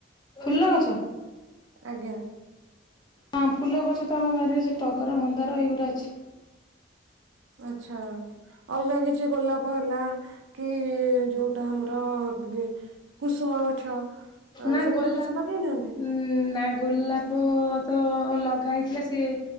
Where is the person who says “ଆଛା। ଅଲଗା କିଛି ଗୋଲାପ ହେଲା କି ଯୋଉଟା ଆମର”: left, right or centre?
Right